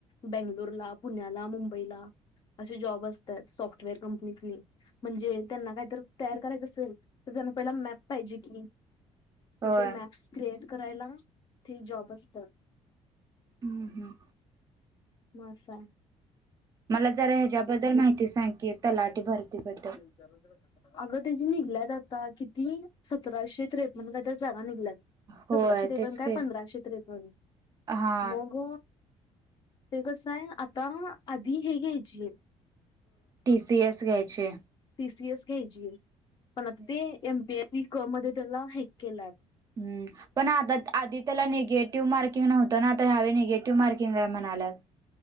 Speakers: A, on the left (about 35°); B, on the right (about 30°).
A: बेंगलोरला पुण्याला मुंबईला अशे जॉब असतात सॉफ्टवेअर कंपनी तिघ म्हणजे त्यांना काय तर तयार करायचं असेल तर त्यांना पहिला मॅप पाहिजे की. म
B: होय
A: ते मॅप्स क्रिएट करायला ते जॉब असतात.
B: हम्म हम्म.
A: म आसाय.
B: मला जरा ह्याज्याबद्दल माहिती सांगी तलाठी भारतीबद्दल.
A: अगं त्याची निघल्यात आता किती सतराशे त्रेपन्न काय तर जागा निघल्यात.
B: होय
A: सतराशे त्रेपन्न
B: तेच
A: काय,
B: की
A: पंधराशे त्रेपन्न
B: हा
A: मग ते कसं आय आता आधी हे घ्यायची
B: टी सी एस घ्यायचे.
A: पी सी एस घ्यायची पण आता ते एम पी एस सी क मध्ये त्याला हे केलाय.
B: हम्म, पण आदा- आधी त्याला निगे टिव्ह मार्किंग नव्हत ना आता ह्या वेळी निगेटिव्ह मार्किंग आय म्हणायल्यात.